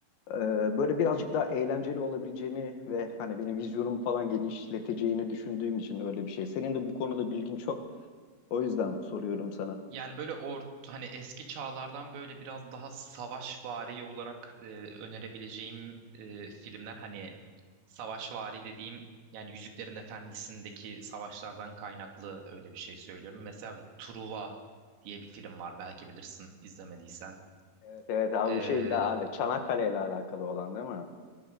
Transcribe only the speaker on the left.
Ee, Böyle birazcık daha eğlenceli olabileceğini ve hani benim vizyonumu falan genişleteceğini düşündüğüm için öyle bir şey. Senin de bu konuda bilgin çok. O yüzden soruyorum sana.
Evet, evet abi
bu şeyle alakalı. Çanakkale ile alakalı olan değil mi?